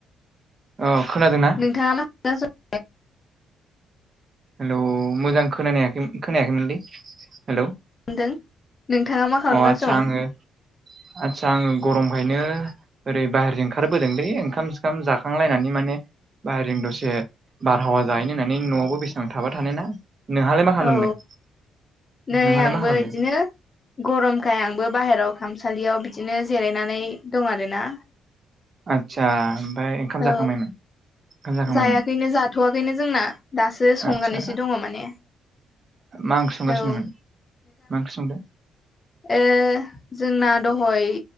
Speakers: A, on the right; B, on the left.
A: अ खोनादोंना?
B: नोंथाङा मा <unintelligible>
A: हेलौ मोजां खोनानायाखैमोन खोनायाखैमोनलै, हेलौ?
B: दों नोंथाङा मा खालामदों
A: अ आदसा
B: सं?
A: आङो आदसा आङो गरमखायनो ओरै बाहेरजों ओंखारबोदोंलै ओंखाम सोंखाम जाखांलायनानै माने बाहेरं दसे बारहावा जाहैनो होननानै, न'आवबो बेसेबां थाबाय थानो ना? नोंहालाय मा खालामदों
B: औ
A: माने,
B: नै
A: नोंहालाय
B: आंबो
A: मा खालामदों?
B: इदिनो गरमखाय आंबो बाहेरायाव खामसालियाव बिदिनो जिरायनानै दं आरो ना।
A: आतसा ओमफ्राय ओंखाम
B: औ
A: जाखांबायमोन ओंखाम जाखांबायमोन
B: जायाखैनो जा थ'वाखैनो जोंना, दासो संनानैसो
A: आदसा
B: दङ माने।
A: मा ओंख्रि संगासिनोमोन,
B: औ
A: मा ओंख्रि संदों?
B: ओ जोंना दहय